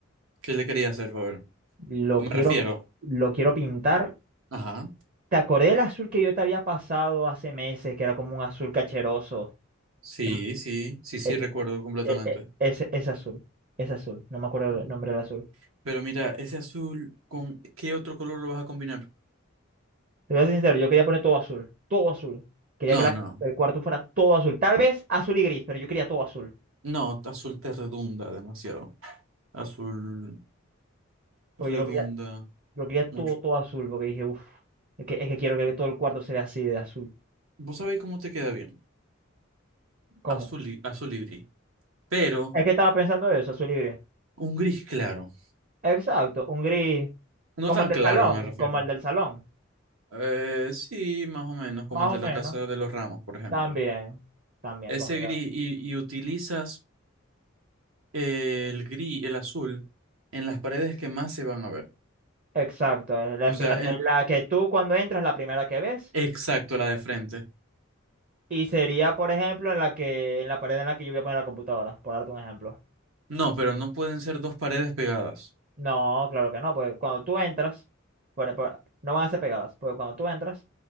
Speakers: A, on the right; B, on the right.
A: ¿qué le quería hacer, ver?
B: lo
A: O me
B: quiero,
A: refiero.
B: lo quiero pintar.
A: Ajá.
B: ¿Te acordé del azul que yo te había pasado hace meses, que era como un azul cacheroso?
A: Sí,
B: No me-
A: sí, sí, sí,
B: Ese,
A: recuerdo completamente.
B: e- e- ese, ese azul, ese azul, no me acuerdo
A: Mm.
B: el nombre del azul.
A: Pero mira, ese azul, ¿con qué otro color lo vas a combinar?
B: Te voy a ser sincero, yo quería poner todo azul, todo azul. Quería
A: No,
B: que la-
A: no,
B: el cuarto fuera todo azul, tal vez azul y gris, pero yo quería todo azul.
A: no, azul te redunda demasiado. Azul
B: Porque
A: redunda
B: yo lo quería, lo quería todo,
A: mucho.
B: todo azul, porque dije, uff, es que, es que quiero que todo el cuarto se vea así de azul.
A: Vos sabéis cómo te queda bien.
B: ¿Cómo?
A: Azul y, azul y gris. Pero
B: Es que estaba pensando eso, su libre.
A: un gris claro.
B: Exacto, un gris.
A: No
B: Como
A: tan
B: el del
A: claro,
B: salón,
A: me refiero.
B: como el del salón.
A: Eh, sí, más o menos, como
B: Más
A: el de
B: o menos.
A: la casa de los Ramos, por ejemplo.
B: También, también
A: Ese
B: como el...
A: gris
B: del-
A: y, y utilizas eh, el gris, el azul, en las paredes que más se van a ver.
B: Exacto, es la-
A: O
B: en
A: sea,
B: plan
A: el,
B: en la que tú cuando entras la primera que ves
A: exacto, la de frente.
B: y sería, por ejemplo, en la que en la pared en la que yo voy a poner la computadora, por darte un ejemplo.
A: No, pero no pueden ser dos paredes pegadas.
B: No, claro que no, porque cuando tú entras, por- por- no van a ser pegadas, porque cuando tú entras,